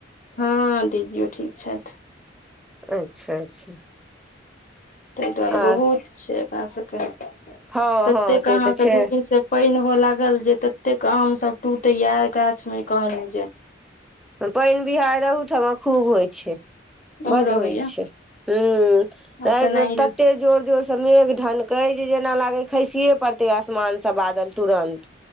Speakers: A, on the left (about 40°); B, in the centre.
A: हँ दीदियो ठीक छथ
B: अच्छा अच्छा
A: ताहि दुआरे
B: आ
A: बहुत छैय अपना सबके
B: हँ
A: ततेक
B: हँ से
A: अहाँ
B: तऽ
A: के
B: छै
A: दू दिन से पाइनो होय लागल जे ततेक आम सब टूटैय या गाछ में कहली जे
B: पानि बिहाइर अहूठाम खूब होइ छैय
A: उम्हरो
B: बड्ड होइ
A: होइया
B: छैय हूं
A: आ
B: अई
A: तेनाही
B: बेर तते जोर जोर मेघ ढनकै जे जेना लागैइ खसिये पड़तै आसमान सब बादल तुरन्त